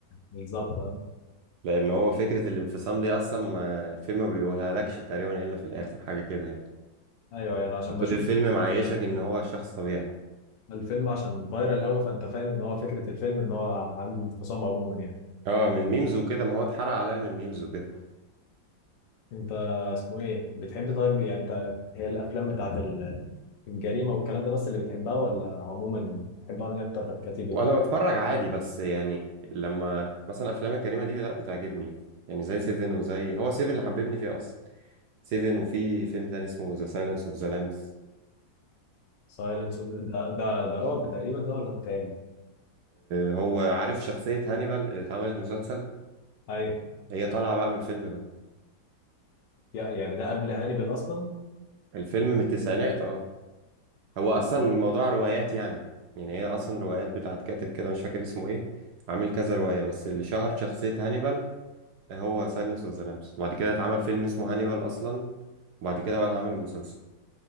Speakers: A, on the left; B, on the right.
A: بالظبط آه.
B: لان هو فكرة الانفصام دي اصلا ما الفيلم ما بيقولها لكش تقريبا الا في الاخر حاجة كده يعني
A: ايوه يعني عشان
B: وطول
A: بشوف
B: الفيلم معيشك ان هو شخص طبيعي
A: الفيلم عشان فايرال قوي فانت فاهم ان هو فكره الفيلم ان هو عنده انفصام عموما يعني
B: اه من الميمز وكده ما هو اتحرق عليا من الميمز وكده
A: انت اسمه ايه بتحب طيب يعني انت هي الافلام بتاعت ال- الجريمه والكلام ده بس اللي بتحبها ولا عموما بتحب انهي اكتر كاتيجوري
B: وانا بتفرج عادي بس يعني لما مثلا افلام الجريمه دي لا بتعجبني يعني زي سيفن وزي هو سيفن اللي حببني فيه اصلا سيفن وفي فيلم تاني اسمه ذا سايلنس اوف ذا لامبس
A: سايلنس اوف ده ده ده رعب تقريبا ده ولا متهيألي
B: هو عارف شخصيه هانيبال اللي اتعملت مسلسل
A: ايوه
B: هي طالعه بقى من الفيلم ده
A: يا- يعني ده قبل هانيبال اصلا
B: الفيلم من التسعينات اه هو
A: اه
B: اصلا الموضوع روايات يعني يعني هي اصلا روايات بتاعت كاتب كده مش فاكر اسمه ايه عامل كذا روايه بس اللي شهر شخصيه هانيبال هو سايلنس اوف ذا لامبس وبعد كده اتعمل فيلم اسمه هانيبال اصلا وبعد كده بقى اتعمل المسلسل